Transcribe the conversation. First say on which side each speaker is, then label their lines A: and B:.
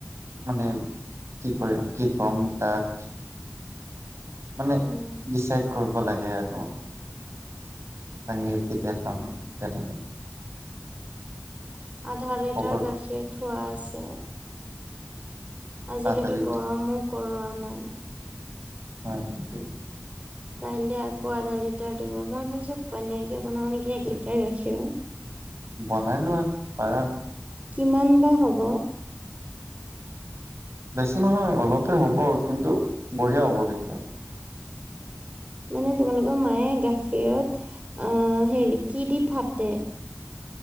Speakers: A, on the right (about 75°); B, on the right (about 30°).
A: মানে কি কৰি কি কম তাক
B: <inaudible>
A: মানে
B: উম
A: ডিচাইড কৰিব লাগে আৰু পানীৰ তেতিয়া খাম তে থাকে।
B: আধা লিটাৰ
A: খবৰ
B: গাখীৰ থোৱা আছে। আজিলেকে
A: কালি
B: গৰমো কৰোৱা নাই।
A: হয় নিকি?
B: কাইলে আকৌ আধা লিটাৰ দিব। মই ভাবিছোঁ, পনীৰকে বনাওঁ নেকি? এক লিটাৰ গাখীৰ।
A: বনাই লোৱা, পাৰা।
B: কিমান বা হ'ব?
A: বেছি নহয়, অলপে হ'ব। কিন্তু বঢ়িয়া হ'ব কিন্তু।
B: মানে তোমালোকৰ মায়ে গাখীৰত, আহ্ হেৰি কি দি ফাটে।